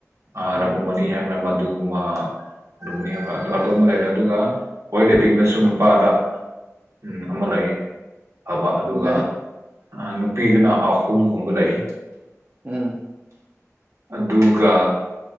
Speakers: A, on the right; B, on the right.
A: ꯑ ꯔꯘꯨꯃꯅꯤ
B: ꯎꯝ
A: ꯍꯥꯏꯕ꯭ꯔꯥ ꯃꯗꯨꯃ ꯑꯗꯨꯕꯨꯅꯤ ꯍꯥꯏꯕ꯭ꯔꯥ ꯑ ꯑꯗꯨꯃ ꯂꯩꯔꯦ ꯑꯗꯨꯒ ꯦꯠ ꯂꯤꯄꯤꯤꯤꯡꯅꯁꯨ ꯅꯨꯄꯥꯗ ꯎꯝ ꯑꯃ ꯂꯩꯌꯦ ꯐꯕ ꯑꯗꯨꯒ
B: ꯂꯩ
A: ꯅꯨꯄꯤꯗꯨꯅ ꯑꯍꯨꯝꯒꯨꯝꯕ ꯂꯩ
B: ꯎꯝ
A: ꯑꯗꯨꯒ